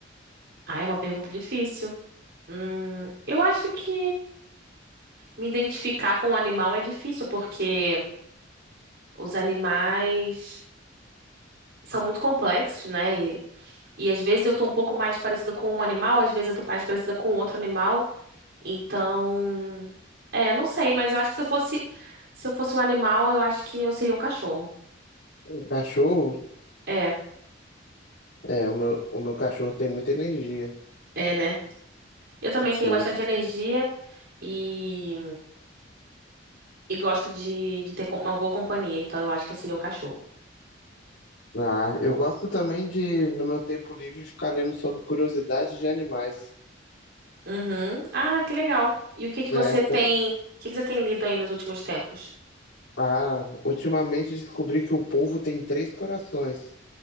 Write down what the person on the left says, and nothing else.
Um cachorro?
É, o meu, o meu cachorro tem muita energia.
Sim.
Ah, eu gosto também de, no meu tempo livre, ficar lendo sobre curiosidades de animais.
É,
sei.
Ah, ultimamente descobri que o polvo tem três corações.